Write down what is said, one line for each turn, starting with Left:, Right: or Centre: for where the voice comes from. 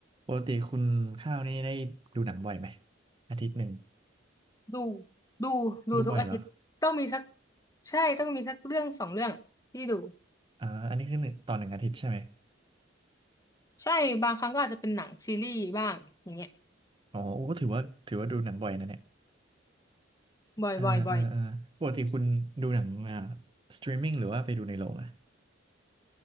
Right: ปกติคุณข้าวนี่ได้ดูหนังบ่อยไหมอาทิตย์หนึ่ง
Left: ดูดูดูทุกอาทิตย์ต้องมีสัก
Right: ดูบ่อยเหรอ
Left: ใช่ต้องมีสักเรื่องสองเรื่องที่ดู
Right: อ่าอันนี้คือหนึ่งต่อหนึ่งอาทิตย์ใช่ไหม
Left: ใช่บางครั้งก็อาจจะเป็นหนังซีรีส์บ้างอย่างเงี้ย
Right: อ๋อโอ้ก็ถือว่าถือว่าดูหนังบ่อยนะเนี่ย
Left: บ่อยบ่อยบ่อย
Right: เออเออเออปกติคุณดูหนังอ่าสตรีมมิ่งหรือว่าไปดูในโรงอะ